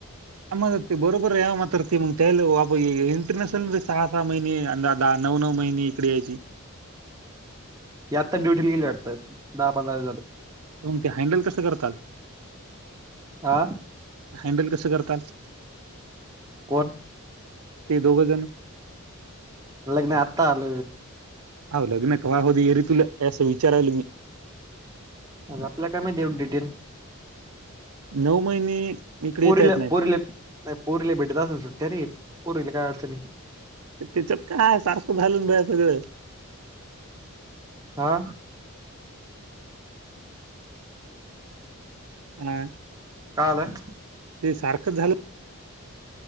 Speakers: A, on the right (about 85°); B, on the right (about 15°).
A: मग ते बरोबर आहे मात्र ते मग त्यालं इंटरनॅशनले सहा सहा महिने अंदा दहा नऊ नऊ महिने इकडे यायची
B: याता डुटी गेलीता दहा पंधरा झाले
A: तरग ते हँडल कसं करतात
B: हा
A: हॅडल कसं करतात
B: कोण
A: ते दोघंजण
B: म्हलाग नाही आता आल
A: ह लग्न काय होत येरी तुला असं विचारायल मी
B: आपल्याला काय माहि देऊ डिटेल
A: नऊ महिने इकडे
B: पुरीला
A: येता येत नाहीत
B: परीले प पुरीला बिठ दस सुट्ट्या रे पुर्वील काय अडचणींच्या.
A: त्याच्यात काय सारखं <unintelligible> सगळं
B: हा.
A: <inaudible>
B: काय आलंय
A: झालं.